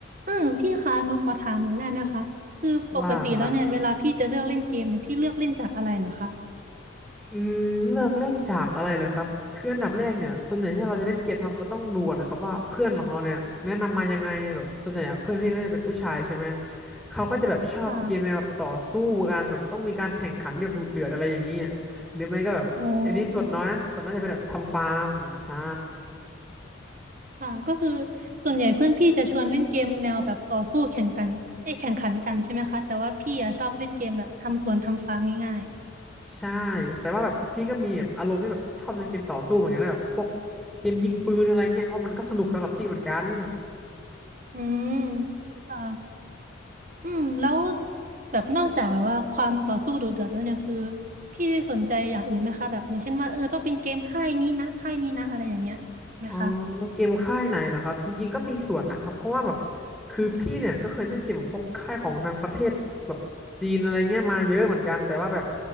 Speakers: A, on the right; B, in the centre.
A: อืมพี่คะหนูขอถามหน่อยได้ไหมคะคือปกติแล้วเนี่ยเวลาพี่จะเลือกเล่นเกมเนี่ยพี่เลือกเล่นจากอะไรเหรอคะ
B: ว่างมากอืมเลือกเล่นจากอะไรเลยครับคืออันดับแรกเนี่ยส่วนใหญ่ที่เราจะเล่นเกมครับเราต้องดูก่อนนะครับว่าเพื่อนของเราเนี่ยแนะนำมายังไงแบบส่วนใหญ่อะเพื่อนพี่ก็จะเป็นผู้ชายใช่ไหมเขาก็จะแบบชอบเกมแนวแบบต่อสู้กันแบบต้องมีการแข่งขันแบบดุเดือดอะไรอย่างนี้อะหรือไม่ก็แบบอันนี้ส่วนน้อยนะส่วนน้อยจะเป็นแบบทำฟาร์มใช่
A: ค่ะอ๋อค่ะก็คือส่วนใหญ่เพื่อนพี่จะชวนเล่นเกมแนวแบบต่อสู้แข่งกันเอ้ยแข่งขันกันใช่ไหมคะแต่ว่าพี่อะชอบเล่นเกมแบบทำสวนทำฟาร์มง่าย
B: ใช่แต่ว่าแบบพี่ก็มีแบบอารมณ์ที่แบบชอบในเกมต่อสู้เหมือนกันนะแบบพวกเกมยิงปืนอะไรเงี้ยเพราะมันก็สนุกสำหรับพี่เหมือนกัน
A: ๆอืมค่ะอืมแล้วแบบนอกจากแบบว่าความต่อสู้ดุเดือดแล้วเนี่ยคือพี่ได้สนใจอย่างอื่นไหมคะแบบอย่างเช่นว่าเออต้องเป็นเกมค่ายนี้นะค่ายนี้นะอะไรอย่างเงี้ยไหมคะ
B: อ๋อเกมค่ายไหนเหรอครับจริงๆก็มีส่วนนะครับเพราะว่าแบบคือพี่เนี่ยก็เคยเล่นเกมแบบพวกค่ายของทางประเทศแบบจีนอะไรเงี้ยมาเยอะเหมือนกันแต่ว่าแบบ